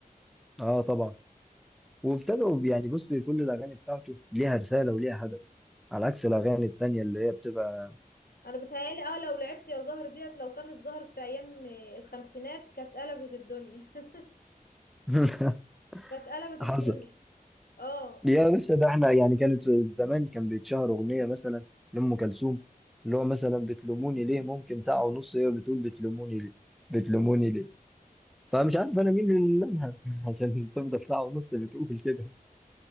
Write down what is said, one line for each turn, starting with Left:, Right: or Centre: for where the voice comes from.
Centre: اه طبعا وابتدوا يعني بص كل الاغاني بتاعته ليها رساله وليها هدف على عكس الاغاني التانيه اللي هي بتبقى
Left: انا بتهيالي اه لو لعبت يا زهر ديت لو كانت ظهرت في ايام الخمسينات كانت قلبت الدنيا <laughs>
Centre: <laughs>
Left: كانت قلبت الدنيا
Centre: حصل
Left: اه
Centre: يا باشا ده احنا يعني كانت في زمان كان بيتشهر اغنيه مثلا لام كلثوم اللي هو مثلا بتلوموني ليه ممكن ساعه ونص هي بتقول بتلوموني ليه بتلوموني ليه فمش عارف انا مين اللي لمها <laughs> عشان تفضل ساعه ونص بتقول كده